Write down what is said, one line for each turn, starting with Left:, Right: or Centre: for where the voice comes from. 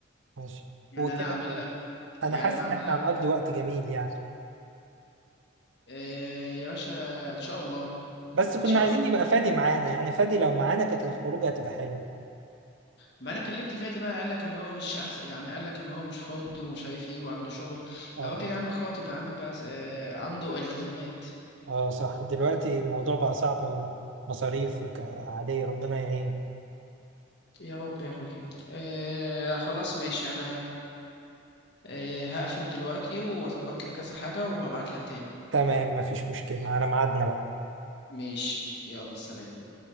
Right: ماشي
Left: يعني
Right: هو كده
Left: انا اعمل لك
Right: انا
Left: يعني
Right: حاسس
Left: انا اعمل
Right: ان احنا
Left: لك
Right: هنقضي وقت جميل يعني
Left: آه، يا باشا ان شاء الله
Right: بس
Left: ان
Right: كنا
Left: شاء
Right: عايزين
Left: الله
Right: يبقى فادي معانا يعني فادي لو معانا كانت الخروج هتبقى حلوة
Left: ما انا كلمت فادي بقى قال لك ان هو مش احسن يعني قال لك ان هو مش فاضي ومش عارف ايه وعنده شغل
Right: اه
Left: الراجل يا عم خاطب يا عم بقى آه، عنده التزامات
Right: اه صح دلوقتي الموضوع بقى صعب مصاريف وك- عادية ربنا يعين
Left: يا رب يا اخوي آه خلاص ماشي انا إيه، هقفل دلوقتي واظبط كده كذا حاجة وهبعت لك تاني
Right: تمام مفيش مشكلة على ميعادنا بقى
Left: ماشي يلا سلام